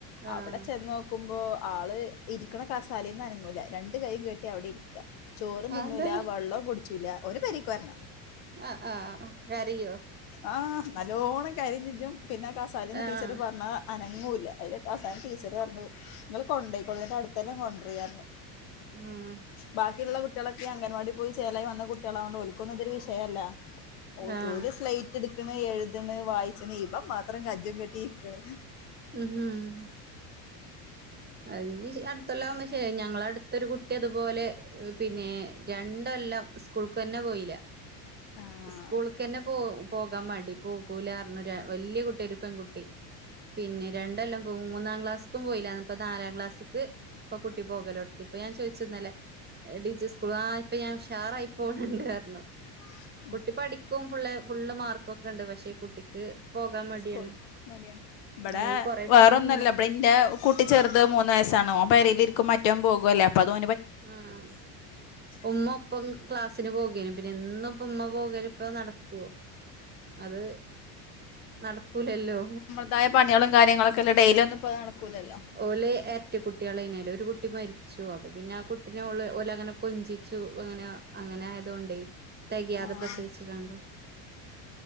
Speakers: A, on the right; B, on the left.
A: ആഹ്
B: അവിടെ <unintelligible> <unintelligible> ആള് ഇരിക്കണ കസാലേന്ന് അനങ്ങൂല രണ്ട് കൈയും കേട്ടി അവിടെ ഇരിക്കാ ചോറും
A: അതെന്താ
B: നിന്നൂല്ല വെള്ളം കുടിച്ചൂല <unintelligible> പെരിക്ക് വരണം
A: ആ ആ ആ കരയോ
B: ആഹ് നല്ലോണ്ണം കരിം ചെജ്ജും പിന്നെ കസാലിന്ന്
A: ആഹ്
B: ടീച്ചർ പറഞ്ഞ അനങ്ങൂല്ല <unintelligible> അസാനം ടീച്ചർ പറഞ്ഞു നിങ്ങള് കൊണ്ട പോയിക്കോള നിന്റെ അടുത്തല്ലാം കൊണ്ടുപോയിനി
A: ആഹ്
B: ബാക്കിയുള്ള കുട്ടികളൊക്കെ അംഗൻവാടി പോയി ചേലായി വന്ന കുട്ടികളൊണ്ട് ഒൽക്കുന്നതൊരു വിഷയമല്ല ഓ
A: ആഹ്
B: ഒരുര് സ്ലൈറ്റ് എടുക്കണ് എഴുതണ് വായിച്ചണ് ഇപ്പം മാത്രം കജ്ജും കെട്ടിരിക്കണ്
A: ഉം ഉം അതിന് അടുത്തുള്ള <unintelligible> ഞങ്ങള അടുത്തൊരു കുട്ടി അതുപോലെ പിന്നെ രണ്ടെല്ലാ സ്കൂൾക്ക് തന്നെ പോയില്ല
B: ആഹ്
A: സ്കൂളക്ക്ന്നെ പോ പോകാൻ മടി പോകൂലാരഞ്ഞ വല്യ കുട്ടിയ ഒരു പെൺകുട്ടി പിന്നെ രണ്ടെല്ലാം പോകും മൂന്നാം ക്ലാസ്സക്കും പോയില്ല അപ്പ നാലാം ക്ലാസ്ക്ക് ഇപ്പൊ കുട്ടി പോകലോടുത്തി ഇപ്പൊ ഞാൻ ചോദിച്ചിരുന്നല്ലേ <unintelligible> സ്കൂ ആഹ് ഇപ്പൊ ഞാൻ ഉഷാറായി പോകണ്ണ്ട് പടഞ്ഞു
B: <inaudible>
A: കുട്ടി പഠിക്കും ഫുള്ളെ ഫുള്ള് മാർക്കൊക്കെ ഉണ്ട് പക്ഷെ കുട്ടിക്ക് പോകാൻ മടിയാണ്
B: സ്കൂള് മടിയാണ് ഇവിടെ
A: <unintelligible> കൊറേ
B: വേറൊന്നല്ല
A: ദിവസം
B: ഇവിടെ ഇന്റെ കുട്ടി ചെറത് മൂന്നന്ന് വയസ ഓ പരല ഇരിക്കും മറ്റോ പോകല്ലേ ഓ അതോ
A: ആഹ്
B: <inaudible>
A: ഉമ്മ ഒപ്പം ക്ലാസിന് പോകേനും പിന്നെ എന്നും ഇപ്പ ഉമ്മ പോകാന ഇപ്പ നടക്കുവോ അത് നടക്കൂലല്ലോ
B: അതായ പണികളും കാര്യങ്ങളൊക്കെല്ല ഡെയിലി ഒന്ന് ഇപ്പോ നടക്കൂല്ലല്ലോ
A: ഓല ഏറ്റ കുട്ടികളനാലും ഒരു കുട്ടി മരിച്ചു അപ്പ പിന്നെ ആഹ് കുട്ടിനെഓല അങ്ങനെ കൊഞ്ചിച്ചു അങ്ങനെ അങ്ങനെ ആയതു കൊണ്ട് തികയാതെ
B: ആഹ്
A: പ്രസവിച്ച് കണ്ടെ